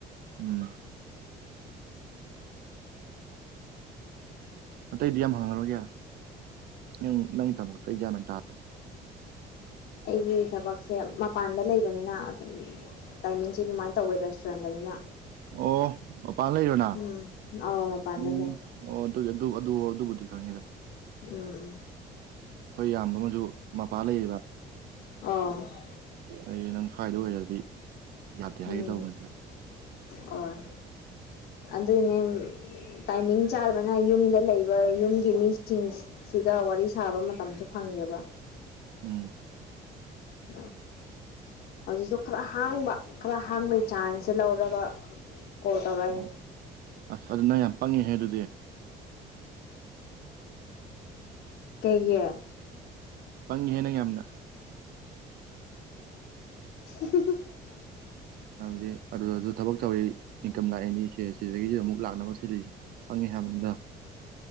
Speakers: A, on the right; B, on the left.
A: ꯎꯝ꯫ ꯑꯇꯩꯗꯤ ꯌꯥꯝ ꯍꯪꯉꯔꯣꯏꯒꯦ ꯅꯪ ꯅꯪꯒꯤ ꯊꯕꯛꯇꯣ ꯑꯩ ꯒꯌ꯭ꯥꯟꯃꯦꯟ ꯇꯥ꯫
B: ꯑꯩꯒꯤ ꯊꯕꯛꯁꯦ꯫ ꯁꯦ ꯃꯄꯥꯟꯗ ꯂꯩꯕꯅꯤꯅ ꯇꯥꯏꯃꯤꯡꯁꯦ ꯑꯗꯨꯃꯥꯏꯅ ꯇꯧꯋꯦ ꯔꯦꯁꯇꯨꯔꯦꯟꯗꯅꯤꯅ꯫
A: ꯑꯣ ꯃꯄꯥꯟ ꯂꯩꯔꯦꯔꯣ ꯅꯪ
B: ꯎꯝ ꯑꯧ ꯃꯄꯥꯟꯗꯅꯦ
A: ꯎꯝ꯫ ꯑꯣ ꯑꯗꯨꯒꯤ ꯑꯗꯨ ꯑꯗꯨ ꯑꯗꯨꯕꯨꯗꯤ ꯈꯪꯉꯤꯗ꯫
B: ꯎꯝ ꯎꯝ꯫
A: ꯍꯈꯣꯏ ꯏꯌꯥꯝꯕ ꯑꯃꯁꯨ ꯃꯄꯥꯜ ꯂꯩꯔꯤꯕ꯫
B: ꯑꯣ꯫
A: ꯑꯩ ꯅꯪ꯫ ꯁ꯭ꯋꯥꯏꯗ ꯑꯣꯏꯔꯗꯤ ꯌꯥꯗꯦ
B: ꯎꯝ
A: ꯍꯥꯏꯒꯦ ꯇꯧꯕꯅꯤꯗ
B: ꯑꯣ꯫ ꯑꯗꯨꯅꯦ꯫ ꯇꯥꯏꯃꯤꯡ ꯆꯥꯕꯅ ꯌꯨꯝꯗ ꯂꯩꯕ ꯌꯨꯝꯒꯤ ꯃꯤꯁꯤꯡꯁ꯫ ꯁꯤꯒ ꯋꯥꯔꯤ ꯁꯥꯕ ꯃꯇꯝꯁꯨ ꯐꯪꯉꯦꯕ꯫
A: ꯎꯝ꯫
B: ꯎꯝ꯫ ꯍꯧꯖꯤꯛꯁꯨ ꯈꯔ ꯍꯥꯡꯕ ꯈꯔ ꯍꯥꯡꯕꯒꯤ ꯆꯥꯟꯁꯁꯦ ꯂꯧꯔꯒ ꯀꯣꯜ ꯇꯧꯔꯛꯏꯅꯦ꯫
A: ꯑꯣ ꯑꯁ ꯑꯗꯨ ꯅ ꯌꯥꯝ ꯄꯪꯉꯦꯍꯦ ꯑꯗꯨꯗꯤ꯫
B: ꯀꯩꯒꯤ꯫
A: ꯄꯪꯉꯤꯦ ꯅꯪ ꯌꯥꯝꯅ
B: <inaudible>
A: ꯗꯤ ꯑꯗꯨꯗ ꯑꯗꯨ ꯊꯕꯛ ꯇꯧꯋꯔꯤ ꯏꯟꯀꯝ ꯂꯥꯛꯑꯅꯤ ꯁꯦꯁ ꯁꯤꯗꯒꯤꯁꯨ ꯑꯃꯨꯛ ꯂꯥꯛꯅꯕ ꯁꯤꯜꯂꯤꯁꯦ ꯐꯪꯉꯦ ꯍꯥꯏꯕꯅꯤꯗ